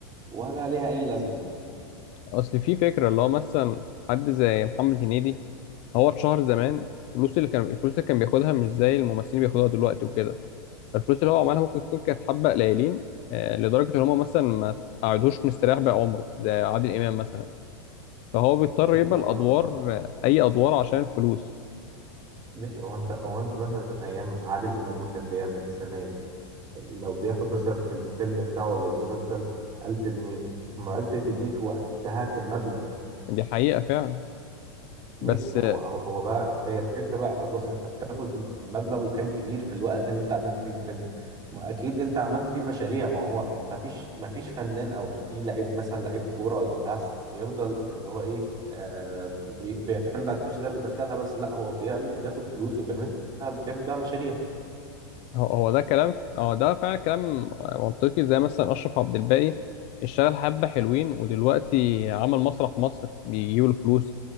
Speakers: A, on the right; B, on the left.
A: ولا ليها اي لازمه
B: اصل في فكره اللي هو مثلا حد زي محمد هنيدي هو اتشهر زمان الفلوس اللي كان الفلوس اللي كان بياخدها مش زي الممثلين بياخدوها دلوقتي وكده فالفلوس اللي هو عملها ممكن تكون كانت حبه قليلين آه، لدرجه ان هم مثلا ما قعدوش مستريح بقى عمره زي عادل امام مثلا فهو بيضطر
A: ماشي
B: يبقى
A: بقى.
B: الادوار
A: طب
B: آه، اي ادوار عشان الفلوس
A: ماشي هو انت هو انت مثلا ايام عادل امام ما كان بيعمل سمان لو بياخد مثلا في الفيلم بتاعه ولا المسلسل 1000 جنيه ما 1000 جنيه في وقتها كان مبلغ
B: دي حقيقة فعلا
A: ماشي
B: بس
A: ما هو هو هو بقى هي الفكرة بقى خلاص انت بتاخد مبلغ وكان كبير في الوقت اللي انت عملت فيه الفيلم ما اكيد انت عملت بيه مشاريع ما هو ما فيش ما فيش فنان او في لعيب مثلا لعيب كورة ولا بتاع بيفضل اللي هو ايه آه بي- بيعتمد على الفلوس اللي هو بيدخلها بس لا هو بيعمل بياخد فلوس وبيعملها بيعمل بيها مشاريع
B: هو هو ده كلام هو ده فعلا كلام منطقي زي مثلا أشرف عبد الباقي اشتغل حبة حلوين ودلوقتي عمل مسرح مصر بيجيب له فلوس